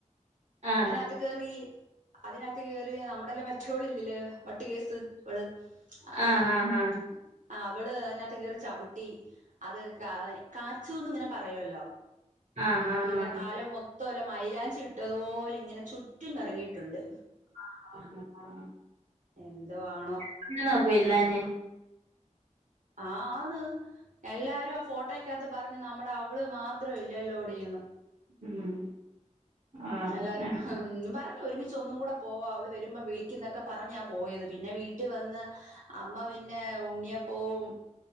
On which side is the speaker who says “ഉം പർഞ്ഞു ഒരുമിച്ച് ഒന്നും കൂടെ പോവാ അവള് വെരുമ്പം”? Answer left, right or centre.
Right